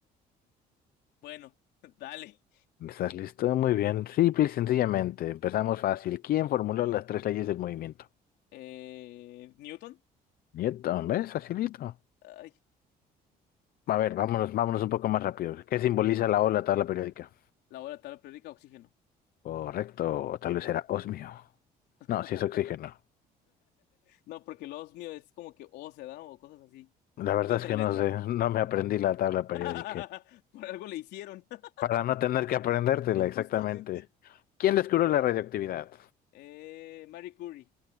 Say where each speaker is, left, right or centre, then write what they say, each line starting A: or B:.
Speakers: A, on the left; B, on the left.
A: Bueno, dale.
B: ¿Estás listo? Muy bien. Simple y sencillamente, empezamos fácil. ¿Quién formuló las tres leyes del movimiento?
A: Eh, ¿Newton?
B: Newton, ¿ves? Facilito.
A: Ay,
B: A ver, vámonos, vámonos un poco más rápido. ¿Qué
A: a ver,
B: simboliza la O en la tabla periódica?
A: la hora de tabla periódica, oxígeno.
B: Correcto, o tal vez era osmio.
A: <laughs>
B: No, si es oxígeno.
A: No, porque los mío es como que O se da o cosas así.
B: La verdad
A: Tiene otra
B: es que
A: letra.
B: no sé, no me aprendí la tabla periódica.
A: <laughs> Por algo le hicieron, <laughs>
B: Para no tener que aprendértela exactamente.
A: justamente.
B: ¿Quién descubrió la radioactividad?
A: Eh, Marie Curie.